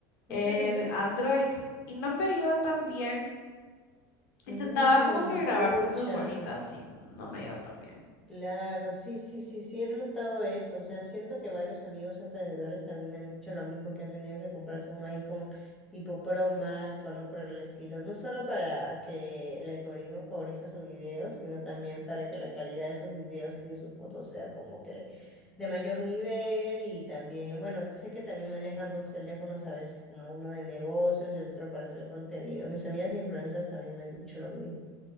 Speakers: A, on the left; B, in the centre.
A: eh,
B: Ujú, ujú.
A: de Android, y no me iba tan bien.
B: Mm,
A: Intentaba como que grabar
B: pucha.
A: cosas bonitas y no me iba tan bien.
B: Claro, sí, sí, sí, sí, he notado eso. O sea, siento que varios amigos emprendedores también me han dicho lo mismo, que han tenido que comprarse un iPhone tipo Pro Max o algo por el estilo. No solo para que el algoritmo favorezca sus videos, sino también para que la calidad de sus videos y de sus fotos sea como que de mayor nivel. Y también, bueno, sé que también manejan dos teléfonos a veces, como uno de negocios y otro para hacer contenido. Mis amigas influencers también me han dicho lo mismo.